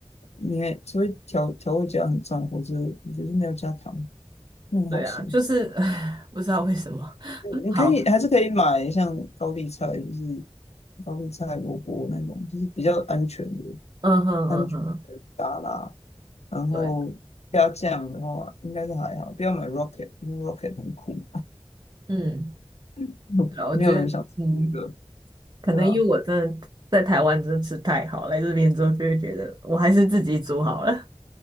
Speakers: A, on the left; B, on the right.
A: 你除非调调味加很重，或者我觉得没有加糖，那很好吃。
B: 对啊，
A: 嗯
B: 就是 <sighs> 不知道为什么。
A: 你可以还是可以买像高丽菜，
B: 好，
A: 就是高丽菜、萝卜那种，就是比较安全的、
B: 嗯哼嗯哼，
A: 安全的沙拉。然后加酱的话，
B: 对啊，
A: 应该是还好，不要买 Rocket，因为 Rocket 很苦。
B: 嗯。
A: <laughs>
B: 对啊我觉得，
A: 没有人想吃那个，
B: 嗯，可能因为我真的在台湾真的吃太好，
A: 对啊，
B: 来这边之后就会觉得我还是自己煮好了。